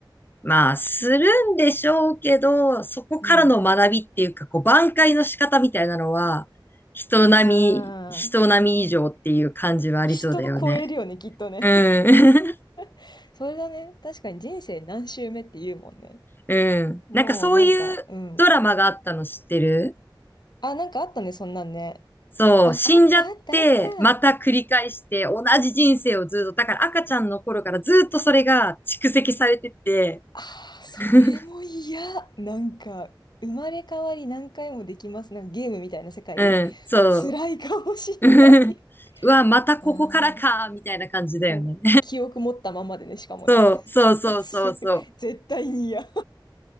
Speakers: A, on the left (about 25°); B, on the left (about 60°).
A: まあ、するんでしょうけど、そこからの学びっていうか、
B: うん。
A: こう、挽回の仕方みたいなのは、人並み、
B: あー、
A: 人並み以上っていう感じはありそうだよね。
B: 人超えるよね、きっとね。
A: うん。
B: <laughs> それだね。確かに人生何周目って言うもんね。
A: <laughs> うん。
B: もうなんか、
A: なんかそういうドラマがあったの知ってる
B: うん。あ、なんかあったね、そんなんね。
A: そう、
B: あ、あったあったあっ
A: 死んじゃって、また繰り返して、
B: た。
A: 同じ人生をずっと、だから赤ちゃんの頃からずっとそれが蓄積されてて、
B: あー、
A: <laughs>
B: それも嫌。なんか、生まれ変わり何回もできます。なんかゲームみたいな世界。
A: うん、そう。
B: 辛いかもしんない。
A: <laughs> うわ、またここからか、
B: あー。
A: みたいな感じだよね。
B: もう、記憶持ったまんまでね、しかもね。
A: そう、そうそうそうそう。
B: <laughs> つ絶対に嫌。